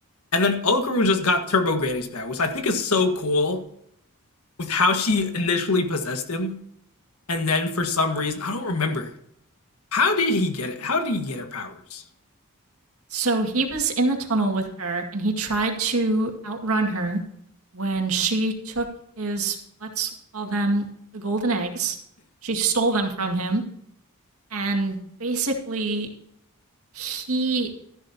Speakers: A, on the left (about 85°); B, on the right (about 75°).
A: And then Okaru just got Turbo Granny's power, which I think is so cool with how she initially possessed him. And then for some reason, I don't remember. How did he get it? How did he get her powers?
B: So he was in the tunnel with her and he tried to outrun her when she took his, let's call them the golden eggs. She stole them from him and basically he